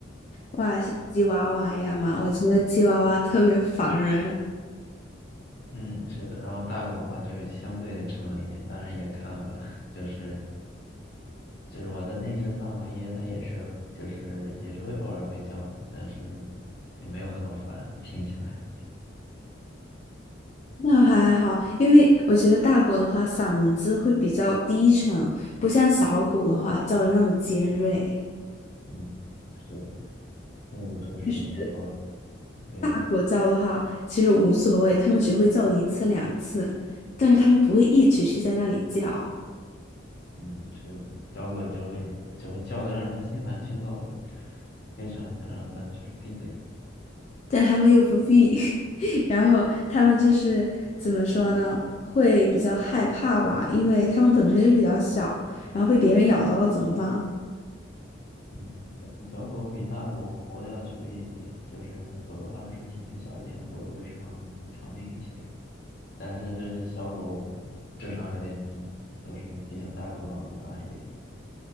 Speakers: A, on the left; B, on the left.
A: 哇，像吉娃娃一样嘛，我觉得吉娃娃特别烦人。
B: 嗯，是的，然后大狗的话就相对的沉稳一点，当然也看了，<laughs> 就是就是我的那只萨摩耶，它也是就是也是会偶尔会叫，但是也没有那么烦，听起来。
A: 那还好，因为我觉得大狗的话，嗓门子会比较低沉，不像小狗的话叫的那么尖锐。
B: 嗯，是的，所以就是说，
A: 就是
B: 对，
A: 大狗叫的话，其实无所谓，它们只会叫一次两次，但是它们不会一直去在那里叫，
B: 嗯，是的，小狗就会就会叫的让人心烦气躁的，非常想让它就是闭嘴。
A: 但它们又不必，<laughs> 然后它们就是怎么说呢，会比较害怕吧，因为它们本身就比较小，然后被别人咬到了怎么办？
B: 嗯，小狗比大狗活的要久一点，就是狗的话是体型小一点，活的会长长命一些。但是就是小狗智商有点低，就是毕竟大狗脑子大一点，